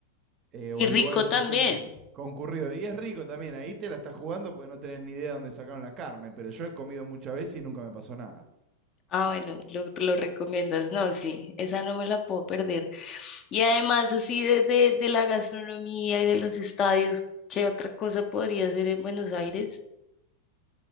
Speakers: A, on the right; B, on the left.
A: eh, o
B: Y rico
A: en lugares
B: también.
A: así concurridos. Y es rico también, ahí te la estás jugando porque no tenés ni idea de dónde sacaron la carne, pero yo he comido muchas veces y nunca me pasó nada.
B: Ah, bueno, lo, lo recomiendas. No, sí, esa no me la puedo perder. Y además, así de, de, de la gastronomía y de los estadios, ¿qué otra cosa podría hacer en Buenos Aires?